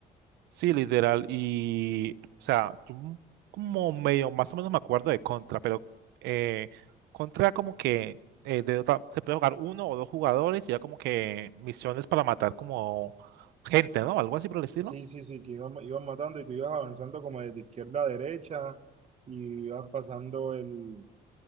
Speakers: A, on the right; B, on the right.
A: Sí, literal. Y, o sea, yo m- como medio, más o menos me acuerdo de Contra, pero eh, Contra como que eh, de otra- se puede jugar uno o dos jugadores y era como que misiones para matar como gente, ¿no? Algo así por el estilo.
B: Sí, sí, sí, que iban, iban matando y tú ibas avanzando como desde izquierda a derecha y ibas pasando el,